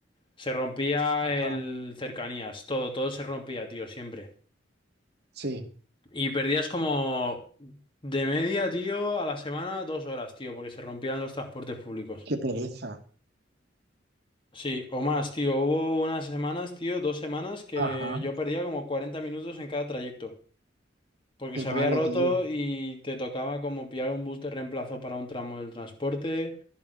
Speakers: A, on the left (about 30°); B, on the right (about 60°).
A: se rompía
B: Ajá,
A: el cercanías, todo, todo se rompía, tío, siempre.
B: sí,
A: Y perdías como de media, tío, a la semana dos horas, tío, porque se rompían los transportes públicos.
B: qué pereza.
A: Sí, o más, tío. Hubo unas semanas, tío, dos semanas que
B: Ajá,
A: yo perdía como 40 minutos en cada trayecto. Porque
B: qué
A: se
B: palo,
A: había roto
B: tío.
A: y te tocaba como pillar un bus de reemplazo para un tramo del transporte